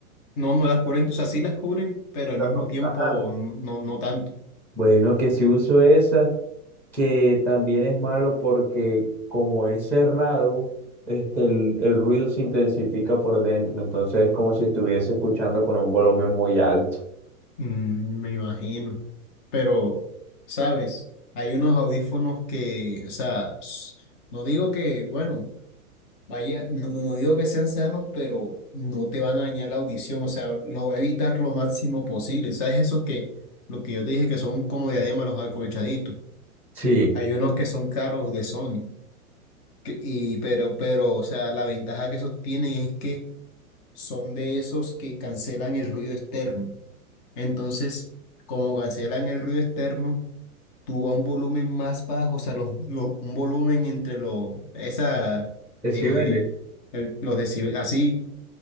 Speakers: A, on the left (about 20°); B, in the centre.
A: No, no las cubren, o sea, sí las cubren, pero al
B: o sea,
A: mismo
B: no-
A: tiempo
B: Ajá.
A: no, no, no tanto.
B: Bueno, que si uso esas. que también es malo porque como es cerrado, este, el, el ruido se intensifica por dentro, entonces es como si estuviese escuchando con un volumen muy alto.
A: Mm, me imagino. Pero, ¿sabes? Hay unos audífonos que, o sea, s- no digo que, bueno, vaya, no, no no digo que sean sanos, pero no te van a dañar la audición, o sea, lo va a evitar lo máximo posible. ¿Sabes? Eso que, lo que yo te dije que son como diadema los acolchaditos.
B: Sí,
A: Hay unos que son caros de Sony, que- y, pero, pero, o sea, la ventaja que esos tienen es que son de esos que cancelan el ruido externo. Entonces, como cancelan el ruido externo, tú a un volumen más bajo, o sea, los, los- un volumen entre los, esa, eh,
B: ¿Sí vende
A: el- los decibe- así,